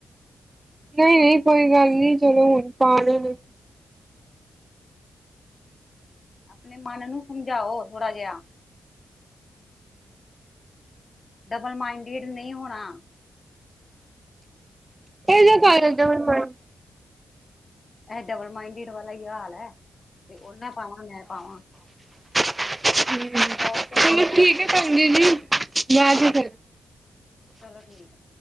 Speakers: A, on the right; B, on the left.
A: ਨਹੀਂ ਨਹੀਂ ਕੋਈ ਗੱਲ ਨਹੀਂ, ਚਲੋ ਹੁਣ ਪਾ ਲੇਵੇ।
B: ਆਪਣੇ ਮਨ ਨੂੰ ਸਮਝਾਓ ਥੋੜਾ ਜਿਆ। ਡਬਲ ਮਾਈਂਡਿਡ ਨਹੀਂ ਹੋਣਾ।
A: ਏਦਾ ਕਾਦਾ ਡਬਲ ਮਾਇੰਡ।
B: ਐ ਡਬਲ ਮਾਈਂਡਿੰਡ ਵਲਾ ਈ ਹਾਲ ਹੈ। ਤੇ ਓਨਾਂ ਪਾਵਾਂ ਮੈਂ ਪਾਵਾਂ।
A: <unintelligible> ਹਮ
B: ਮੇਰਾ ਉਸ ਤੇ
A: ਚਲੋ
B: ਮਨ
A: ਠੀਕ ਹੈ ਭੈਣ ਜੀ ਬਾਹਰ ਚ ਕਰਦੀ ਆਂ।
B: ਚਲੋ ਠੀਕ ਐ।